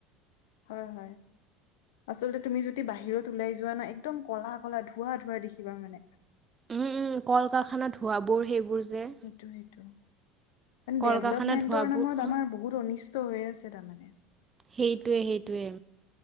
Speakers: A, on the left; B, on the right.
A: হয়, হয়। আচলতে তুমি যদি বাহিৰত ওলাই যোৱা ন একদম কলা কল ধোৱাা ধোৱাা দেখিবা মানে।
B: উম, উম, কল কাৰখানা ধোৱা বোৰ সেইবোৰ যে।
A: সেইটো সেইটো মানে
B: কল
A: ডেভলপমেন্টৰ
B: কাৰখানাত ধোঁৱাবোৰ
A: নামত
B: হা
A: আমাৰ বহুত অনিষ্ট হৈ আছে তাৰমানে।
B: সেইটোৱে, সেইটোৱে আৰু।